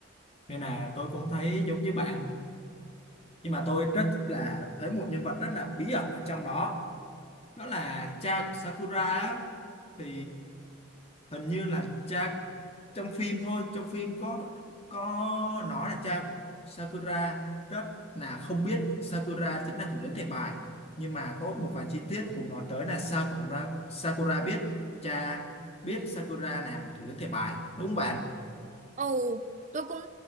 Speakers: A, on the left; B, on the right.
A: nên là tôi cũng thấy giống như bạn nhưng mà tôi rất là thấy một nhân vật rất là bí ẩn ở trong đó đó là cha của Sakura á. thì hình như là cha trong phim thôi trong phim có có nói là cha của Sakura rất là không biết Sakura chính là thủ lĩnh thẻ bài nhưng mà có một vài chi tiết cũng nói tới là Sakura Sakura biết cha biết Sakura làm thủ lĩnh thẻ bài đúng không bạn
B: Ồ, tôi cũng